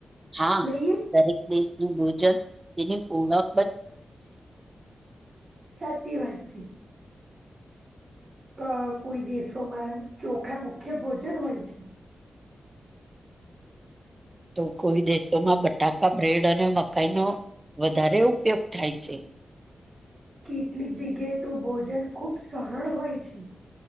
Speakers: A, on the right; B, on the right.
A: હા
B: લઈએ
A: દરેક દેશનું ભોજન તેની ઓણખ
B: સાચી વાત છે અ કોઈ દેશોમાં ચોખા મુખ્ય ભોજન હોય છે
A: તો કોઈ દેશોમાં બટાકા બ્રેડ અને મકાઈ ન વધારે ઉપયોગ થાય છે.
B: કેટલીક જગ્યાએ તો ભોજન ખુબ સરળ હોય છે.